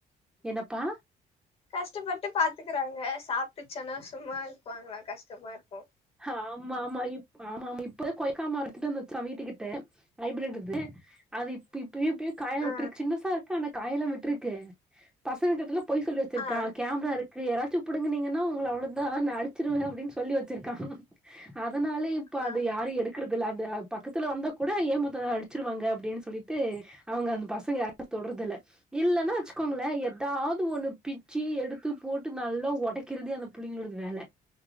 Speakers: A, in the centre; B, on the left.
A: என்னப்பா
B: கஷ்டப்பட்டு பாத்துக்குறாங்க சாப்புட்டுச்சன்னா சும்மா இருப்பாங்களா கஷ்டமா இருக்கு
A: ஆமா ஆமா இப் ஆமா ஆமா இப்போ கொயிக்கா மரத்திட்டுந்து கா வீட்டுக்கிட்ட ஹைப்ரய்ட் இது அது இப் இப் பியூ பியூ காய்லா விட்டுருக்கு
B: ஆ
A: சின்னசா இருக்கு ஆன காய்லா விட்டுருக்கு பசங்க கிட்டல பொய் சொல்லி வெச்சிருக்கா
B: ஆ ஆ
A: கேமரா இருக்கு யாராச்சு புடுங்கனீங்கனா உங்கள அவ்ளோதா நா அடிச்சிருவே அப்டினு சொல்லி வச்சிருக்காங்க அதனாலே இப்போ அது
B: ஆ
A: யாரு எடு இருக்குதுல அது அ பக்கத்துல வந்தா கூட ஏமுத்தா அடிச்சிருவாங்க அப்டினு சொல்லிட்டு அவுங்க அந்த பசங்க யாரு தொரதுல இல்லன்னா வெச்சுக்கோங்ளே ஏதாது ஒன்னு பிச்சு எடுத்து போட்டு நல்லா ஒடைக்கிறத அந்த புள்ளிங்களோடது வேல